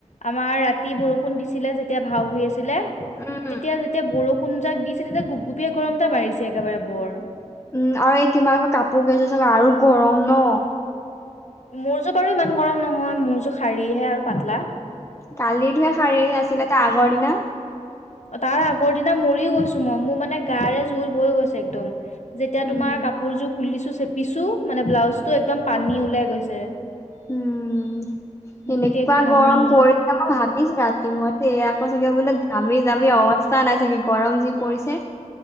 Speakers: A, on the left (about 65°); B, on the left (about 20°).
A: আমাৰ ৰাতি বৰষুণ দিছিলে যেতিয়া ভাও হৈু আছিলে
B: উম
A: তেতিয়া যেতিয়া বৰষুণ যাক দিছে তেতিয়া গুপগুপীয়া গৰম এটা বাঢ়িছে একেবাৰে বৰ
B: উম আৰু এই কিমানকৈ কাপোৰ কেইযোৰ চাগ আৰু গৰম ন
A: মোৰ যো বাৰু ইমান গৰম নহয় মোৰ যোৰ শাৰীহে আৰু পাতলা
B: কালিতহে শাৰী আছিলে তাৰ আগৰ দিনা
A: তাৰ আগৰ দিনা মৰি গৈছো মই মোৰ মানে গাৰে জোল বৈ গৈছে একদম যেতিয়া
B: উম।
A: তোমাৰ কাপোৰযোৰ খুলি দিছো চেপিছো মানে ব্লাউজ টো একদম পানী ওলাই গৈছে
B: উম
A: গোটেই
B: এনেকুৱা
A: ঘামি
B: গৰম পৰি এয়া মই ভাবিছো ৰাতি মই আকৌ চাগে বোলো ঘামি জামি অৱস্থা নাই চাগে গৰম যি পৰিছে